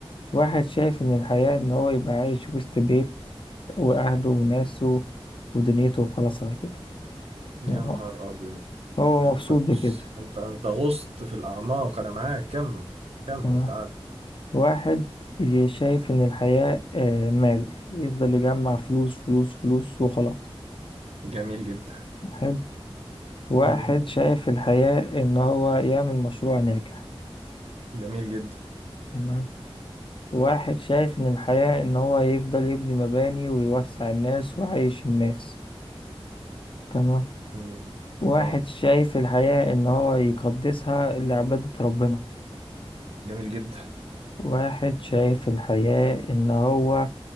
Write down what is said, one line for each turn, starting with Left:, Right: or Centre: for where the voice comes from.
Left: واحد شايف ان الحياة ان هو يبقى عايش وسط بيت واهله وناسه ودنيته وخلاص على كده
Right: يا
Left: تمام؟
Right: نهار أبيض
Left: هو
Right: ده
Left: مبسوط
Right: أنت
Left: بكده
Right: بص أنت أنت غصت في الأعماق أنا معاك كمل كمل
Left: تمام
Right: تعال
Left: واحد ي- شايف إن الحياة آه، مال يفضل يجمع فلوس فلوس فلوس وخلاص
Right: جميل جدا
Left: حلو واحد
Right: مم.
Left: شايف الحياة إن هو يعمل مشروع ناجح
Right: جميل جدا
Left: تمام واحد شايف إن الحياة إن هو يفضل يبني مباني ويوسع الناس ويعيش الناس تمام
Right: مم.
Left: واحد
Right: عظم
Left: شايف الحياة إن هو يقدسها لعبادة ربنا
Right: جميل جدا
Left: واحد شايف الحياة إن هو